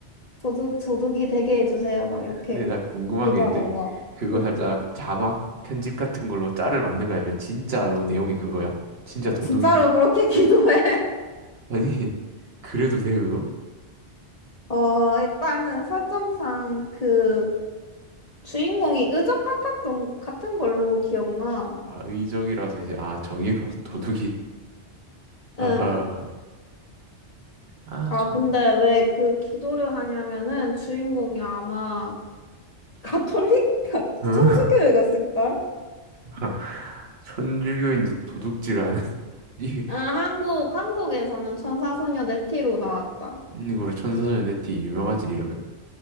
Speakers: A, on the left; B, on the right.
A: 도둑, 도둑이 되게 해주세요. 막 이렇게
B: 근데 나 궁금한
A: 기도하던가.
B: 게 있는데 그거
A: 응,
B: 살짝 자막 편집 같은 걸로 짤을 만든 거야? 아니면 진짜로 내용이 그거야? 진짜 도둑이?
A: 진짜로 그렇게 <laughs> 기도해.
B: 아니 <laughs> 그래도 돼 그거?
A: 어, 일단은 설정상 그 주인공이 의적 같았던, 같은 걸로 기억나.
B: 아 의적이라서 이제 아 정의로운 <laughs> 도둑이 하하
A: 응.
B: 아전
A: 아, 근데 왜 그 기도를 하냐면은 주인공이 아마 가톨릭? 가-
B: 어?
A: 천주교회 갔을걸?
B: <laughs> 천주교인데 도둑질 하는 <laughs> 이
A: 아, 한국, 한국에서는 천사소녀 네티로 나왔다.
B: 이걸 천사전의 네티 유명하지 이러면